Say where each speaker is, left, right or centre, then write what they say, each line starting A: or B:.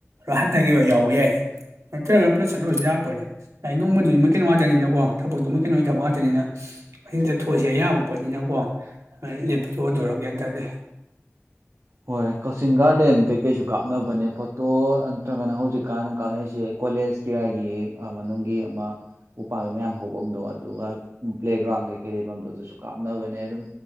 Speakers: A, on the right; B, on the right.
A: ꯍꯟꯇꯀꯤ ꯑꯣꯏ ꯌꯥꯎꯕ ꯌꯥꯏ ꯅꯠꯇꯔꯥꯒꯅ ꯄꯨꯂꯞ ꯆꯠꯂꯁꯨ ꯌꯥꯄꯣꯠꯅꯤ ꯅꯣꯡꯃꯗꯨꯗꯤ ꯃꯣꯏ ꯀꯩꯅꯣ ꯉꯥꯛꯇꯅꯤꯅꯀꯣ ꯊꯕꯛꯇꯣ ꯃꯣꯏ ꯀꯩꯅꯣ ꯊꯕꯛ ꯉꯥꯛꯇꯅꯤꯅ ꯑꯁꯤꯗꯊꯣꯛꯑꯁꯦ ꯑꯌꯥꯕ ꯄꯣꯠꯅꯤꯅꯀꯣ ꯂꯦꯞꯇꯅ ꯇꯣꯛꯑꯗꯣꯔꯥ ꯒꯤꯌꯟ ꯇꯥꯗꯦ
B: ꯍꯣꯏ ꯀꯛꯆꯤꯡ ꯒꯥꯔꯗꯦꯟ ꯀꯩꯀꯩꯁꯨ ꯀꯥꯞꯅꯕꯅꯦ ꯐꯣꯇꯣ ꯅꯠꯇ꯭ꯔꯒꯅ ꯍꯧꯖꯤꯛꯀꯥꯟꯅ ꯀꯥꯞꯅꯩꯁꯦ ꯀꯣꯂꯦꯖ ꯀꯤꯔꯥꯏꯒꯤ ꯃꯅꯨꯡꯒꯤ ꯑꯃ ꯎꯄꯥꯥꯝꯕꯤ ꯃꯌꯥꯝ ꯍꯐꯝꯗꯣ ꯑꯗꯨꯒ ꯄ꯭ꯂꯦꯒ꯭ꯔꯥꯎꯟ ꯀꯩꯀꯩ ꯂꯩꯐꯝꯗꯣ ꯑꯗꯨꯁꯨ ꯀꯥꯞꯅꯕꯅꯦ ꯑꯗꯨꯝ